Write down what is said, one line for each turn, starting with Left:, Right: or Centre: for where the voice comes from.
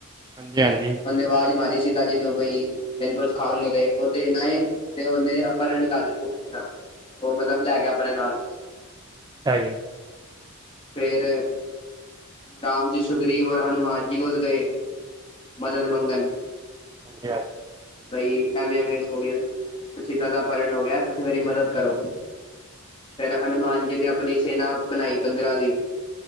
Right: ਹਾਂਜੀ ਹਾਂਜੀ
Left: ਉਹ ਨੇ ਆਵਾਜ਼ ਮਾਰੀ ਸੀ। ਸੀਤਾ ਜੀ ਨੂੰ ਕਈ ਮੈਨੂੰ ਕੁਛ ਖਾਣ ਨੂੰ ਦੇ। ਉਹ ਦੇਣ ਆਏ ਤੇ ਉਹਨੇ ਅਪਹਰਨ ਕਰ ਲਿਆ ਸੀਤਾ ਜੀ ਦਾ। ਉਹ ਮਤਲਬ ਲੈ ਗਿਆ ਆਪਣੇ ਨਾਲ।
Right: ਅੱਛਾ ਜੀ।
Left: ਫਿਰ ਰਾਮ ਜੀ ਸੁਗਰੀਵ ਔਰ ਹਨੂੰਮਾਨ ਜੀ ਕੋਲ ਗਏ ਮਦਦ ਮੰਗਣ।
Right: ਹਾਂਜੀ।
Left: ਬਈ ਐਵੇਂ ਐਵੇਂ ਹੋ ਗਿਆ। ਸੀਤਾ ਦਾ ਅਪਹਰਣ ਹੋ ਗਿਆ। ਤੁਸੀਂ ਮੇਰੀ ਮਦਦ ਕਰੋ। ਫਿਰ ਹਨੂੰਮਾਨ ਜੀ ਨੇ ਆਪਣੀ ਸੇਨਾ ਬਣਾਈ ਬੰਦਰਾ ਦੀ।